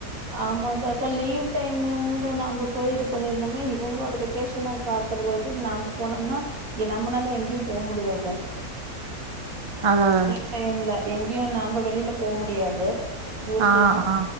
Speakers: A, on the right; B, on the right.
A: ஆமாங்க்கா க்கா லீவ் டைம்லங் கூட நாம போய் இது பண்ணிருந்தம்னா இவங்களோட வெகேஷன பா கக்கறத விட்டுட்டு நாம்ப போனோம்னா எ நம்பனால எங்கேயு போ முடியாது
B: அத்தாதா
A: லீவ் டைம்ல எங்கேயு நாம்ப வெளில போ முடியாது ஊருக்குல்லா
B: ஆ, ஆ.